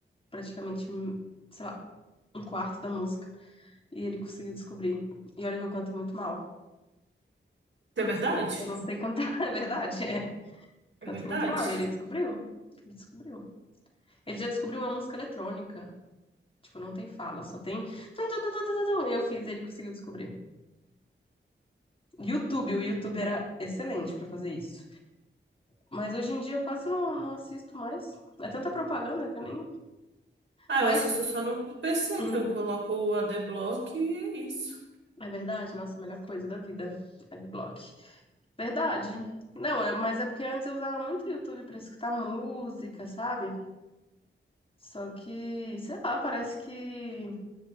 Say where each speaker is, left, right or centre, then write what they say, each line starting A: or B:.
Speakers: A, on the left; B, on the right.
A: praticamente, hum, sei lá, um quarto da música e ele conseguiu descobrir. E olha que eu canto muito mal.
B: Isso
A: Tipo
B: é verdade?
A: assim, eu não sei cantar, <laughs> é verdade. É. Canto
B: É verdade?
A: muito mal. E ele descobriu. Ele descobriu. Ele já descobriu uma música eletrônica. Tipo, não tem fala, só tem. tum, tum, tum, tum, tum, tum. Eu fiz, ele conseguiu descobrir. YouTube, o YouTube era excelente pra fazer isso. Mas hoje em dia eu quase não, não assisto mais. É tanta propaganda que eu nem.
B: Ah,
A: Mas
B: eu assisto só no PC
A: hum,
B: que eu coloco o Adblock e é isso.
A: É verdade, nossa, a melhor coisa da vida, Adblock. Verdade. Não, eu, mas é porque antes eu usava muito o YouTube pra escutar música, sabe? Só que, sei lá, parece que.